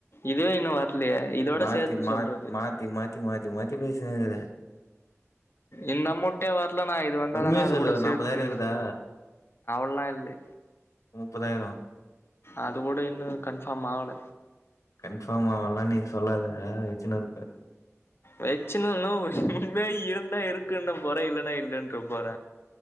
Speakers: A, on the left; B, on the left.
A: இதுவே இன்னு வர்லயே இதோட
B: மாத்தி
A: சேத்து
B: மா
A: சொல்றது
B: மாத்தி மாத்தி மாத்தி மாத்தி பேசினுகிற
A: இந்த அமொண்டே வர்லேனா இது வந்தாதானா
B: உண்மைய
A: அது
B: சொல்லு
A: கூட
B: ஒரு
A: சேத்து
B: நாப்பதாயிரோ இருக்குதா
A: நல்லா இல்லே
B: முப்பதாயிரோ
A: அது கூட இன்னு கன்ஃபாம் ஆவல
B: கன்ஃபாம் ஆவுலன நீ சொல்லாத வச்சின்னு இருப்ப
A: வெச்சுனு நோவ் இருந்த இருக்குன்னு போற இல்லன்னா இல்லன்ற போற